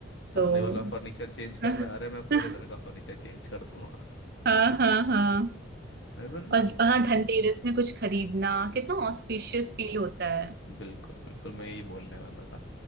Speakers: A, on the left; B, on the right.
A: सामने
B: तो
A: वाला फर्नीचर चेंज
B: <laughs>
A: कर रहा है अरे मैं पूरे
B: हाँ
A: घर का फर्नीचर चेंज कर दूंगा
B: हाँ हाँ
A: इवन
B: और हाँ धनतेरस में कुछ खरीदना कितना ऑस्पिशियस फील होता है
A: बिल्कुल बिल्कुल मैं यही बोलने वाला था